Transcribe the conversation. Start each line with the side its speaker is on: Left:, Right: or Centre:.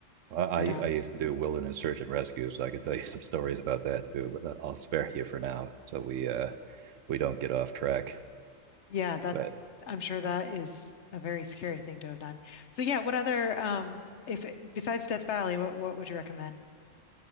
Right: Well, I,
Left: But um,
Right: I used to do wilderness search and rescue, so I could tell you <laughs> some stories about that too. But uh, I'll spare you for now, so we uh we don't get off track.
Left: Yeah, that
Right: But
Left: I'm sure that is a very scary thing to have done. So yeah, what other um if it, besides Death Valley, what what would you recommend?